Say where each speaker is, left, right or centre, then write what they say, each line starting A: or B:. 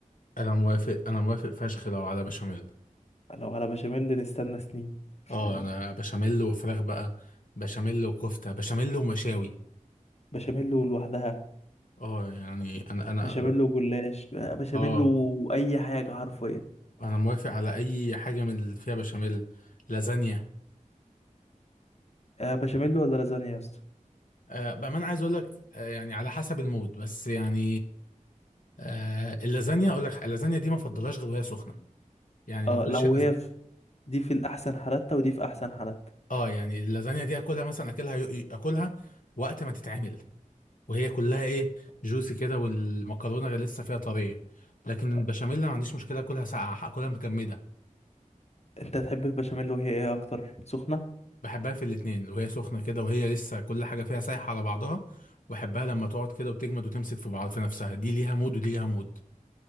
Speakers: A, on the left (about 75°); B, on the left (about 50°).
A: انا موافق انا موافق فشخ لو على بشاميل
B: لو على بشاميل نستنى سنين <laughs>
A: اه انا بشاميل وفراخ بقى بشاميل وكفته بشاميل ومشاوي
B: بشاميل لوحدها
A: اه يعني انا انا
B: بشاميل وجلاش آه، بشاميل
A: اه
B: وأي حاجة حرفيا
A: انا موافق على اي حاجه من اللي فيها بشاميل لازانيا
B: آه، بشاميل ولا لازانيا يا اسطى
A: آه بامانه عايز اقول لك آه يعني على حسب المود بس يعني آه اللازانيا اقول لك اللازانيا دي ما افضلهاش غير وهي سخنه يعني
B: اه
A: ما اكلش
B: لو
A: اللز-
B: هي في دي في الأحسن حالاتها ودي في أحسن حالاتها
A: اه يعني اللازانيا دي اكلها مثلا اكلها اكلها وقت ما تتعمل وهي كلها ايه جوسي كده والمكرونه غير لسه فيها طريه لكن
B: آه،
A: البشاميل أنا ما عنديش مشكله اكلها ساقعه اكلها متجمده
B: أنت تحب البشاميل وهي إيه أكتر سخنة؟
A: بحبها في الاتنين وهي سخنه كده وهي لسه كل حاجه فيها سايحه على بعضها وبحبها لما تقعد كده وتجمد وتمسك في بعض في نفسها دي ليها مود ودي ليها مود